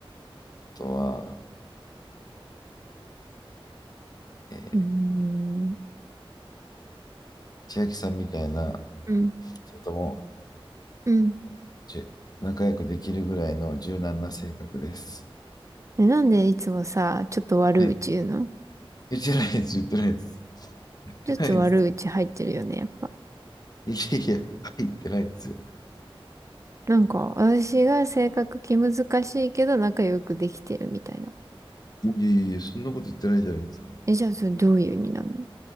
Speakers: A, on the left; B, on the right.
A: あとは、えー
B: うーん
A: 千秋さんみたいな
B: うん。
A: 人とも
B: うん。
A: じゅ仲良くできるぐらいの柔軟な性格です。
B: え、なんでいつもさ、ちょっと悪口言うの
A: はい。言ってないです、言ってないです。言ってないです。
B: ちょっと悪口入ってるよね、やっぱ。
A: いやいや、はい言ってないですよ。
B: なんか、私が性格気難しいけど仲良くできてるみたいな。
A: いやいやいや、そんなこと言ってないじゃないですか。
B: え、じゃあそれどういう意味なの